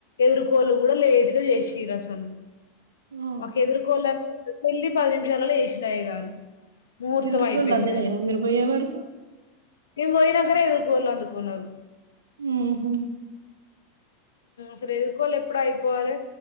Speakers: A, on the left; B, on the right.
A: ఎదుర్కోళ్లు గూడ లేట్ గా జెశిరసలు
B: ఆహా.
A: మాకే ఎదుర్కోళనే పె ళ్లి పది నిమిషాలల చేసింద అయ్యగారు ముహూర్త
B: ఎదురుకోళ్ళు
A: మయిపోయిందని
B: అందినయా మీరు పోయే వరకు
A: నేవోయినంకనే ఓలందుకున్నరు
B: ఉమ్ హు
A: సరే ఇదికోలే ఎప్పుడ ఆయిపోవారు